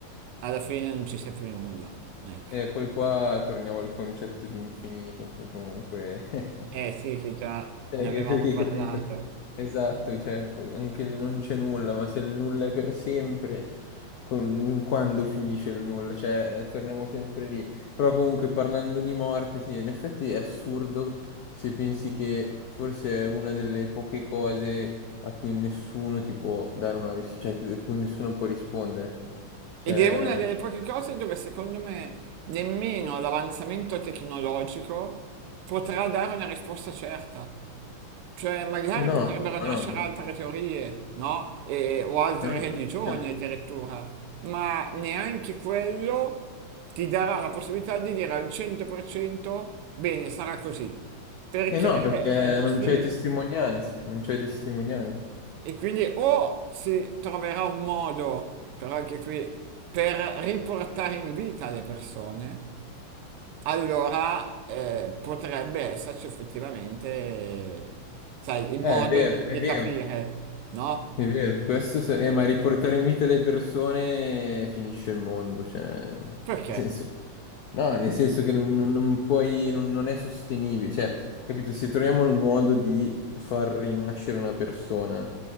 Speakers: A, on the right; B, on the left.
A: alla fine non ci sia più nulla. Ecco.
B: E poi qua torniamo al concetto di infinito, che comunque... <laughs>
A: Eh sì, che già
B: cioè,
A: ne avevamo
B: che, che
A: parlato.
B: capito? Esatto, cioè, anche lì non c'è nulla, ma se il nulla è per sempre, con- quando finisce il nulla? Cioè, eh, torniamo sempre lì. Però comunque parlando di morte, sì, in effetti è assurdo se pensi che forse è una delle poche cose a cui nessuno ti può dare una risposta, cioè a cui nessuno può rispondere. Cioè,
A: Ed è una delle poche cose dove secondo me nemmeno l'avanzamento tecnologico potrà dare una risposta certa. Cioè, magari
B: eh no,
A: potrebbero
B: no.
A: nascere
B: no.
A: altre teorie, no? E- o altre
B: Eh no,
A: religioni
B: eh no,
A: addirittura, ma neanche quello ti darà la possibilità di dire al 100% bene, sarà così, perché
B: Eh no, perché
A: è impossibile.
B: non c'è testimonianze, non c'è testimonianze.
A: E quindi o si troverà un modo, però anche qui, per riportare in vita le persone, allora eh, potrebbe esserci effettivamente, eh, sai, il
B: Eh,
A: modo
B: è vero,
A: di,
B: è
A: di
B: vero,
A: capire, no?
B: è vero. Questo se- eh, ma riportare in vita le persone finisce il mondo, cioè, nel
A: Perché?
B: senso- no, nel senso che non, non- non puoi, non, non è sostenibile, cioè, capito? Se troviamo il modo di far rinascere una persona,